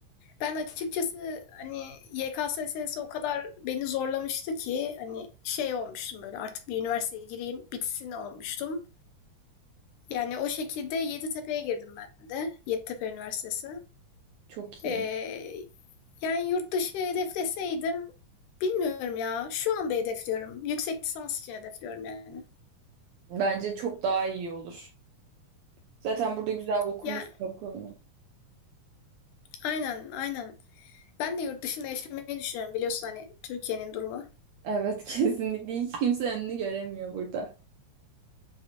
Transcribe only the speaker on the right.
Çok
iyi.
Bence çok daha iyi olur. Zaten burada güzel okumuşsun
okulunu.
Evet <laughs> kesinlikle. Hiç kimse önünü göremiyor burada.